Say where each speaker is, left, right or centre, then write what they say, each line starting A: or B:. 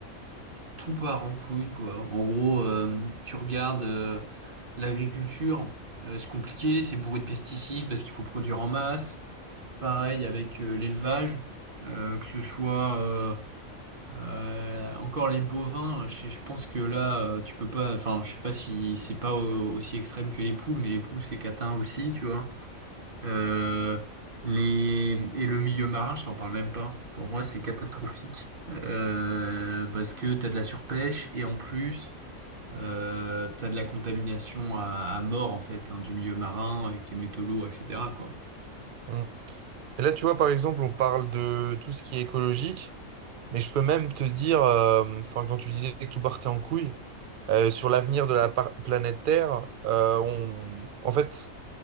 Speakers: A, on the right; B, on the right.
A: tout part en couille, quoi. En gros, euh, tu regardes euh, l'agriculture, euh, c'est compliqué, c'est bourré de pesticides parce qu'il faut produire en masse. Pareil avec euh, l'élevage, euh, que ce soit euh, euh, encore les bovins, euh, je, je pense que là euh, tu peux pas, enfin je sais pas si c'est pas au- aussi extrême que les poules, mais les poules c'est catin aussi, tu vois. Euh, les et le milieu marin, je t'en parle même pas. Pour moi c'est catastrophique
B: Ouais.
A: euh, parce que t'as de la surpêche et en plus euh, t'as de la contamination à, à mort en fait hein, du milieu marin avec les métaux lourds, etc. quoi.
B: Hum. Mais là, tu vois, par exemple, on parle de tout ce qui est écologique. Mais je peux même te dire, euh, enfin, quand tu disais que tout partait en couille, euh, sur l'avenir de la par- planète Terre, euh, on, en fait,